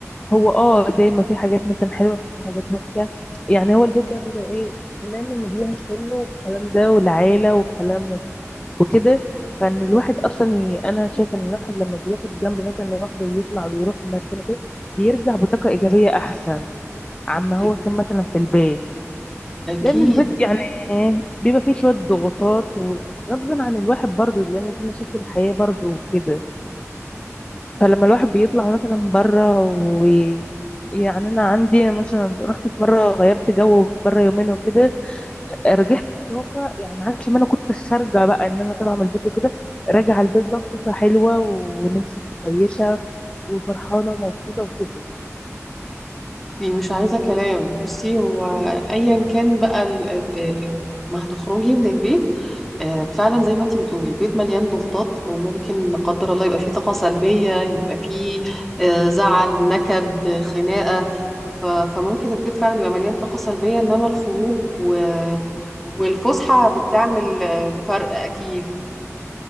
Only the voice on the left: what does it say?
هو اه دايما في حاجات مثلا حلوه في حاجات وحشه يعني هو البيت ده بيبقى ايه لان النجوم كله والكلام ده والعيله والكلام وكده فان الواحد اصلا ي... انا شايفه ان الواحد لما بياخد جنب مثلا لوحده ويطلع ويروح مكان كده بيرجع بطاقه ايجابيه احسن عما هو
كان مثلا في البيت
لان البيت يعني بيبقى فيه شويه ضغوطات وغصب عن الواحد برضه لان دي مشاكل الحياه برضه وكده فلما الواحد بيطلع مثلا بره و يعني انا عندي مثلا رحت في مره غيرت جو بره يومين وكده رجعت بطاقه يعني عكس ما انا كنت خارجه بقى ان انا طالعه من البيت وكده راجعه البيت بقى بطاقه حلوه ونفسي كويسه وفرحانه ومبسوطه وكده